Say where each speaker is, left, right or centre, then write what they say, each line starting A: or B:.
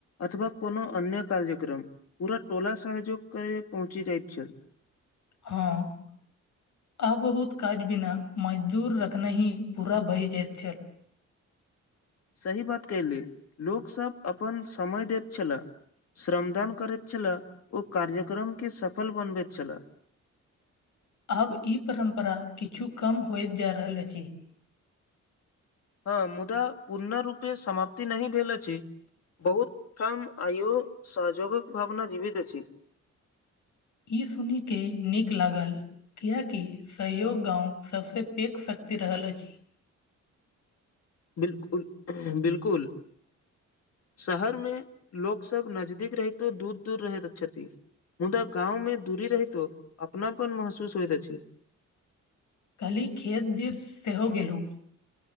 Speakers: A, on the left (about 55°); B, on the left (about 75°).
A: अथवा कोनो अन्य कार्यक्रम पूरा टोला सहयोग करे पहुँची जाइत छल
B: हँ आ बहुत काज बिना मजदूर रखने ही पूरा भए जाइत छल
A: सही बात कयली लोकसभ अपन समय दैत छलए श्रमदान करैत छलए ओ कार्यक्रमके सफल बनबैत छलए
B: आब ई परम्परा किछु कम होइत जा रहल अछि
A: हँ मुदा पूर्णरूपे समाप्ति नहि भेल अछि बहुत ठाम आइो सहजोगक भावना जीवित अछि
B: ई सुने नीक लागल कियकि सहयोग गाँंवक सभसँ पैघ शक्ति रहल अछि
A: बिलकुल बिलकुल शहरमे लोकसभ नजदीक रहितो दूर दूर रहैत छथि मुदा गांव में दूरी रहितो अपनापन महसूस होयइत अछि
B: काल्हि खेत दिस सेहो गेलहुँ